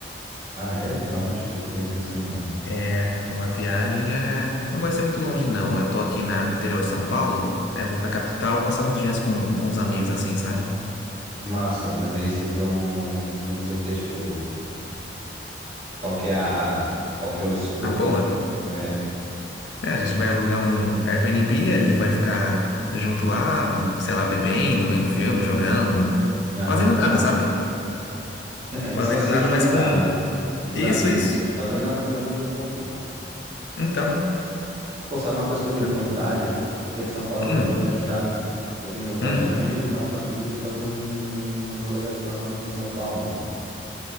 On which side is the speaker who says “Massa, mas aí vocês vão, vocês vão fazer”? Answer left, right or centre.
Right